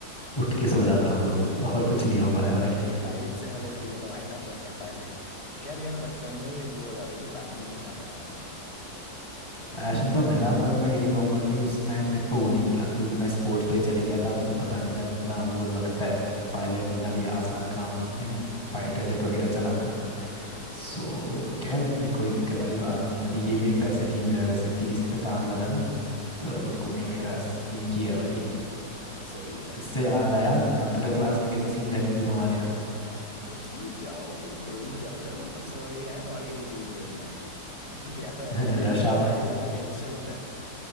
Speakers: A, on the left; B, on the left.
A: उठ के सो जाता हूँ बस और कुछ नहीं हो पाया भाई
B: फ्लाइट सिमुलेटर खेलो भाई साहब बनने पायलट खैर यार बचपन में ही वो हो जाता है कि पैशन मिल जाता है हमें
A: पैशन तो मिला पर मैं ये कहूँगा कि उस टाइम मेरे को वो नहीं मिला क्योंकि मैं स्पोर्ट्स पे चले गया था मुझे पता नहीं था इतना वो लगता है पायलट बनना भी आसान काम नहीं है
B: हम्म
A: फाइटर जेट वगैरह चलाना सो
B: ये तो
A: कह सकते हैं कोई दिक्कत वाली बात नहीं है अभी ये भी एक पैसे नहीं है मेरा वैसे पीसी पे काम करना ना तो
B: बढ़िया
A: कोडिंग
B: है,
A: वगैरह सीखी है भाई
B: सही है
A: इससे याद आया कंप्यूटर क्लास की कैसी सीन रहती थी तुम्हारे यहाँ
B: कुछ नहीं जाओ तुम पेंट कर रहे हो सबसे बढ़िया है और क्या ही चाहिए जीवन में <laughs> या तो एमएस
A: <laughs>
B: पेंट
A: रश
B: चल
A: आवर
B: रहा है या फिर गेम्स चलते